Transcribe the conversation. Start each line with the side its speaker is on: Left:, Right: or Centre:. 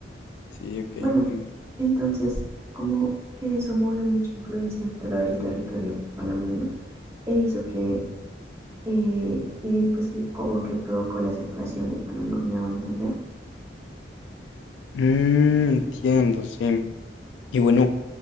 Left: Sí, ok, entiendo.
Right: Bueno, entonces como que eso movió mucha influencia dentro del territorio panameño e hizo que, eh, y pues sí, como que provocó la separación de Panamá, me hago entender.
Left: Mm, entiendo, sí. Y bueno,